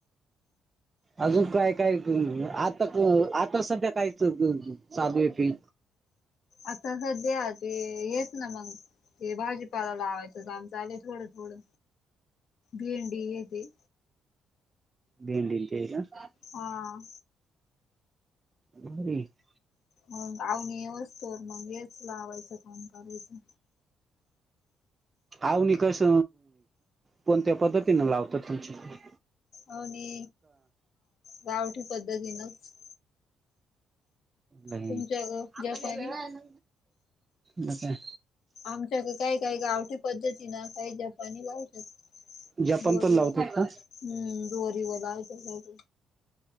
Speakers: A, on the right; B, on the left.
A: अजून काय काय आता आता सध्या काय चालू आहे फि,
B: आता सध्या ते हेच ना मग, ते भाजीपाला लावायचं का आमच आले थोडं थोडं भेंडी घेते,
A: भेड ते आहे का?
B: हा...
A: ह.
B: मग पावणे येवस्तोर मग हेच लावायचं काम करायचं,
A: आवणी कस, कोणत्या पद्धतीनें लावतात तुमच्याकडे,
B: आवणी गावठी पद्धतीनच,.
A: नाही
B: तुमच्या
A: आपल्या
B: जपानी
A: ज वेळा आहे मग काय.,
B: आमच्या काही काही गावठी पद्धती ना काही जपानी लावतात.
A: जपान
B: दोरी
A: पण लावतात
B: व
A: का
B: हम्म दोरी वर लावतात